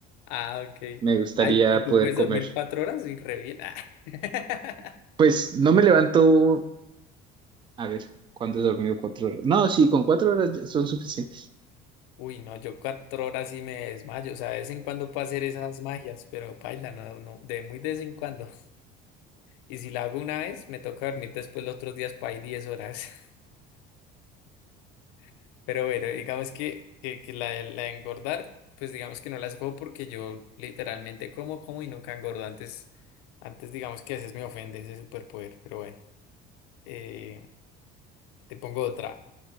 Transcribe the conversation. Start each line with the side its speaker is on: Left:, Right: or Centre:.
Left: Ah, ok.
Right: me gustaría
Left: Ay, ¿y tú
Right: poder
Left: puedes
Right: comer.
Left: dormir cuatro horas? y re bien. Ah. <laughs>
Right: Pues no me levanto, a ver, ¿cuándo he dormido? Cuatro horas. No, sí, con cuatro horas ya son suficientes.
Left: Uy, no, yo cuatro horas y me desmayo. O sea, de vez en cuando puedo hacer esas magias, pero paila, no, no, de muy de vez en cuando. Y si la hago una vez, me toca dormir después los otros días para ir 10 horas. <laughs> Pero bueno, digamos que, que, que la, de- la de engordar, pues digamos que no las cojo porque yo literalmente como, como y nunca engordo. Antes, antes digamos que a veces me ofende ese superpoder, pero bueno, Eh, te pongo otra.